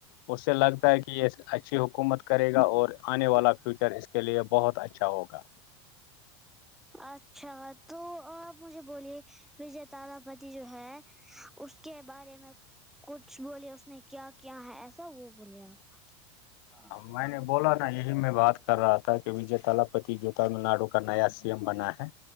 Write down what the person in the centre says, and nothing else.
اچھا تو آپ مجھے بولیے وجے تارا پتی جو ہے اس کے بارے میں کچھ بولے اس نے کیا کیا ہے ایسا وہ بولے آپ ہاں
ب
<unintelligible>